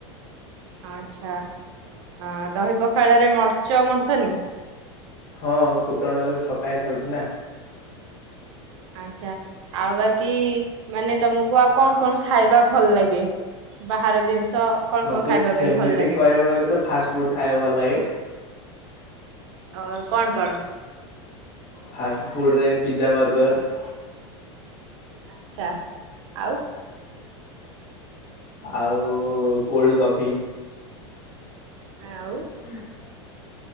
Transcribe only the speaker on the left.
ହଁ ଫୁଟଣରେ ପକାଇ ଖାଉଛି ନା।
ମତେ
ସେମିତି
କହିବାକୁ ଗଲେ ତ ଫାଷ୍ଟ ଫୁଡ ଖାଇବାକୁ ଭଲ ଲାଗେ।
ଫାଷ୍ଟ ଫୁଡ ରେ ପିଜା ବର୍ଗର।
ଆଉ କୋଲ୍ଡ କଫି।
<unintelligible>